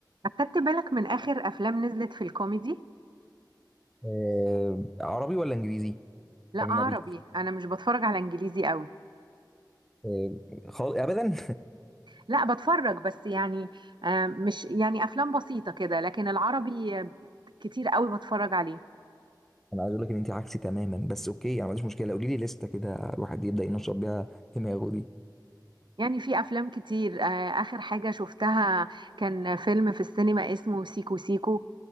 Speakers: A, on the right; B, in the centre.
A: أخدت بالك من آخر أفلام نزلت في الكوميدي؟
B: آه، عربي ولا انجليزي
A: لا
B: اجنبي
A: عربي أنا مش بتفرج على إنجليزي قوي
B: آه، خال... ابدا
A: لا بتفرج بس يعني آه، مش يعني أفلام بسيطة كده لكن العربي آه، كتير قوي بتفرج عليه
B: <laughs> انا عايز اقول لك ان انت عكسي تماما بس اوكي انا ما عنديش مشكله قولي لي لسته كده الواحد يبدا ينشط بيها دماغه دي
A: يعني في أفلام كتير آه، آخر حاجة شفتها كان فيلم في السينما اسمه سيكو سيكو